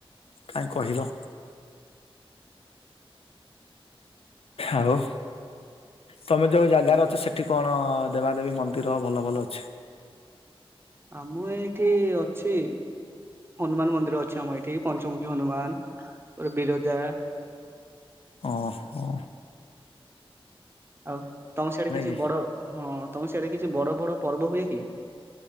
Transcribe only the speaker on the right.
ଆ ମୁଁ ଏଇଠି ଅଛି ହନୁମାନ ମନ୍ଦିର ଅଛି ଆମର ଏଇଠି ପଞ୍ଚମୁଖୀ ହନୁମାନ, ବିରଜା
ଆଉ ତମ ସିଆଡ଼େ କିଛି
ବଡ, ହଁ ତମ ସିଆଡ଼େ କିଛି ବଡ ବଡ ପର୍ବ ହୁଏ କି?